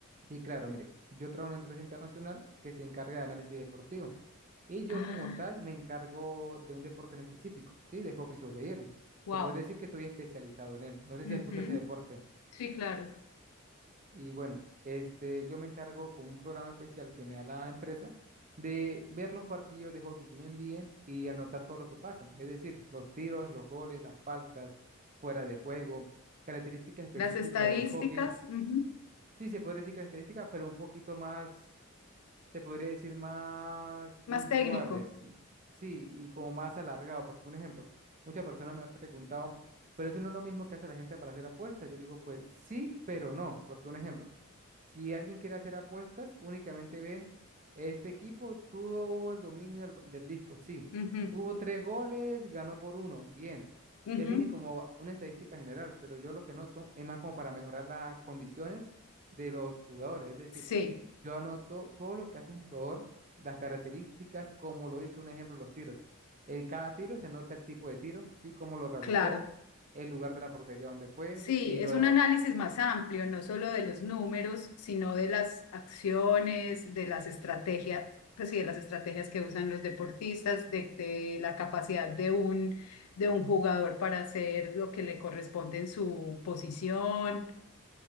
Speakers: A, on the right; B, on the left.
A: Sí, claro, mire, yo trabajo en una empresa internacional que se encarga de análisis deportivo y yo
B: Ah,
A: como tal me encargo de un deporte en específico, sí, de hockey sobre hielo.
B: wow.
A: Se podría decir que estoy especializado en él. No sé
B: Ujú,
A: si escuchas ese deporte.
B: Sí, claro.
A: Y bueno, este, yo me encargo con un programa especial que me da la empresa de ver los partidos de hockey que me envíen y anotar todo lo que pasa. Es decir, los tiros, los goles, las faltas, fuera de juego, características específicas
B: Las estadísticas,
A: del hockey.
B: ujú,
A: Sí, se podría decir características, pero un poquito más, se podría decir más
B: Más
A: puntuales.
B: técnico.
A: Sí, y como más alargado, porque un ejemplo, muchas personas me han preguntado, pero eso no es lo mismo que hace la gente para hacer apuestas. Yo digo, pues sí, pero no, porque un ejemplo. Si alguien quiere hacer apuestas, únicamente ven, este equipo tuvo el dominio del, del disco, sí.
B: Ujú,
A: Tuvo tres goles, ganó por uno, bien.
B: ujú,
A: Ya tiene como una estadística general, pero yo lo que noto es más como para mejorar las condiciones de los jugadores. Es decir,
B: Sí,
A: yo anoto todo lo que hace un jugador, las características, como lo hizo, un ejemplo, los tiros. En cada tiro se anota el tipo de tiro, sí, cómo lo realizó,
B: claro.
A: el lugar de la portería donde fue,
B: Sí,
A: si
B: es
A: lo
B: un análisis más amplio, no solo de los números, sino de las acciones, de las estrategias, pues sí, de las estrategias que usan los deportistas, de, de la capacidad de un, de un jugador para hacer lo que le corresponde en su posición.